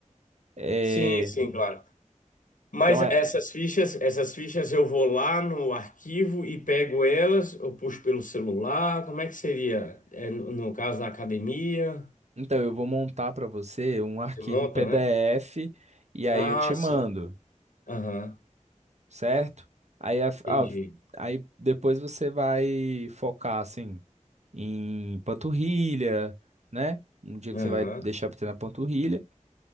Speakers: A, on the right; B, on the left.
A: Eh,
B: Sim, sim, claro. Mas
A: Então é,
B: essas fichas, essas fichas eu vou lá no arquivo e pego elas, eu puxo pelo celular, como é que seria? É, no, no caso, na academia,
A: então eu vou montar para você um arquivo
B: você monta,
A: em PDF
B: né?
A: e aí
B: Ah,
A: eu te mando,
B: sim. Aham,
A: certo? Aí, a- a-
B: entendi.
A: aí depois você vai focar assim em panturrilha, né? Um dia
B: Aham,
A: que você vai deixar para treinar panturrilha